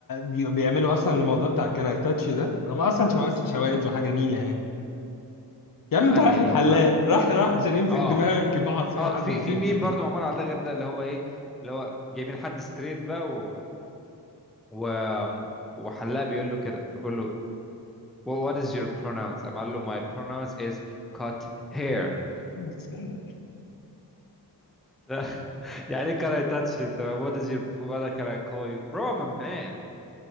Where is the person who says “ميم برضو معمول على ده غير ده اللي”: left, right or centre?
Centre